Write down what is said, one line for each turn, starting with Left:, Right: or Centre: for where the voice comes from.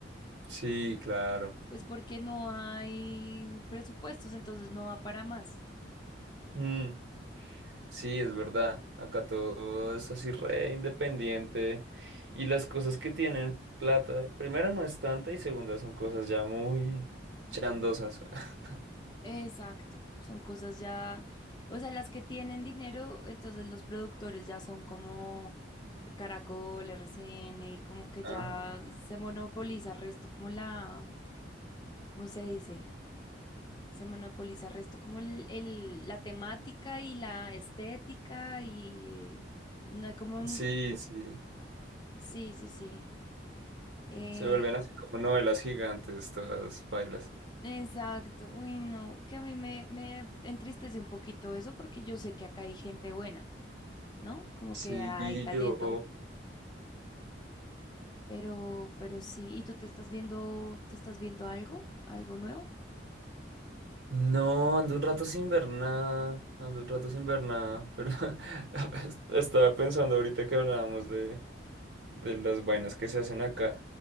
Right: Sí, claro.
Left: Pues porque no hay presupuestos, entonces no va para más.
Right: Mm. Sí, es verdad. Acá todo es así re independiente. Y las cosas que tienen plata, primera no es tanta y segunda son cosas ya muy chandosas. <laughs>
Left: Exacto, son cosas ya, o sea, las que tienen dinero, entonces los productores ya son como Caracol, RCN, y como que
Right: Ah,
Left: ya se monopoliza el resto, como la, ¿cómo se dice? Se monopoliza el resto, como el, el- la temática y la estética y, y no hay como, un-
Right: sí, sí.
Left: sí, sí, sí. eh,
Right: Se vuelven así como novelas gigantes, todas bailas.
Left: Exacto, uy, no, que a mí me, me entristece un poquito eso porque yo sé que acá hay gente buena, ¿no? Como
Right: Sí,
Left: que hay talento,
Right: yo...
Left: pero, pero sí, ¿y tú te estás viendo, te estás viendo algo, algo nuevo?
Right: No, ando un rato sin ver nada. Ando un rato sin ver nada. Pero <laughs> estaba pensando ahorita que hablábamos de de las vainas que se hacen acá.